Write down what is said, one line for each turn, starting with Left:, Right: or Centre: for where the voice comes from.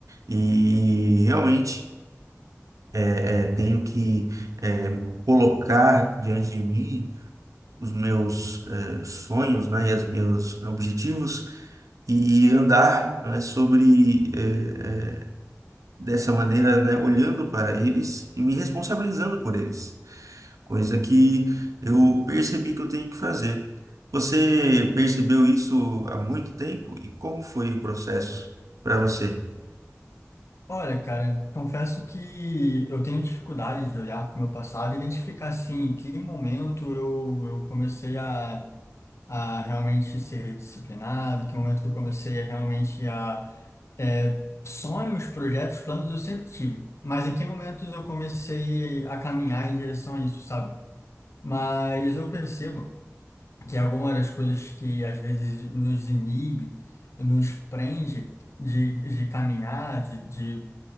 Right: E realmente eh, tenho que eh, colocar diante de mim os meus eh, sonhos, né, e os meus objetivos e andar né, sobre eh, eh, dessa maneira, né, olhando para eles e me responsabilizando por eles, coisa que eu percebi que eu tenho que fazer. Você percebeu isso há muito tempo e como foi o processo para você?
Left: Olha, cara, confesso que eu tenho dificuldade de olhar para o meu passado e identificar, assim, em que momento eu, eu comecei a, a realmente ser disciplinado, em que momento eu comecei a realmente a É, sonhos, projetos, planos eu sempre tive, mas em que momentos eu comecei a caminhar em direção a isso, sabe? Mas eu percebo que algumas das coisas que às vezes nos inibe, nos prende de, de caminhar, de, de